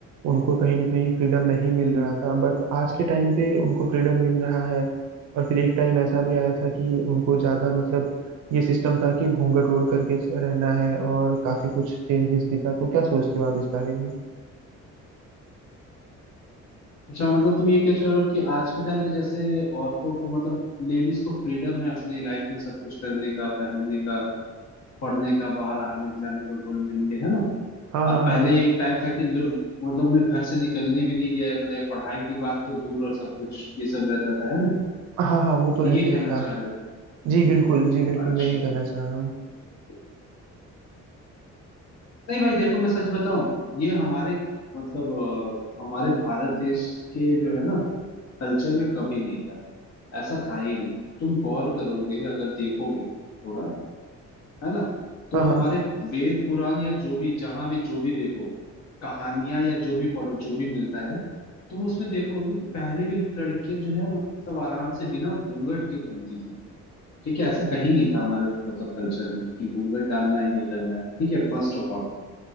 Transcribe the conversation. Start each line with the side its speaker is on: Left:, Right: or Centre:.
Right: उनको कहीं ना कहीं फ्रीडम नहीं मिल
Left: हम्म
Right: रहा था बट आज के टाइम पे उनको फ्रीडम मिल रहा है और फिर एक टाइम ऐसा भी आया था कि उनको ज़्यादा मतलब ये सिस्टम था कि घूंघट ओढ़ करके रहना है और काफ़ी कुछ चेंजेस भी था तो क्या सोचते हो आप इस बारे में
Left: अच्छा मतलब तुम ये क्या चाह रहे हो कि आज के टाइम पे जैसे औरतों को मतलब लेडीज को फ्रीडम है अपनी लाइफ में सब कुछ करने का पहनने का पढ़ने का बाहर आने जाने का घुल मिल के है ना
Right: हाँ हाँ
Left: और पहले
Right: हाँ हाँ
Left: एक टाइम था कि लोग मतलब उन्हें घर से निकलने भी नहीं दिया जाता था या पढ़ाई की बात तो दूर और सब कुछ ये सब रहता था है ना
Right: हाँ हाँ वो तो रहता
Left: तो ये
Right: ही
Left: कहना
Right: था
Left: चाह रहे हो
Right: जी बिल्कुल जी बिल्कुल
Left: अच्छा
Right: मैं यही कहना चाह रहा हूँ
Left: अच्छा नहीं भाई देखो मैं सच बताऊं ये हमारे मतलब अ, हमारे भारत देश के जो है ना कल्चर में कभी नहीं था ऐसा था ही नहीं तुम गौर करोगे अगर देखोगे थोड़ा है ना तो
Right: हाँ हाँ
Left: हमारे वेद पुराण या जो भी जहां भी जो भी देखो कहानियां या जो भी पढ़ो जो भी मिलता है तुम उसमें देखोगे कि पहले भी लड़कियां जो है मतलब आराम से बिना घूंघट के घूमती थी ठीक है ऐसा कहीं नहीं था हमारे मतलब कल्चर में कि घूंघट डालना है ये करना है ठीक है फर्स्ट ऑफ ऑल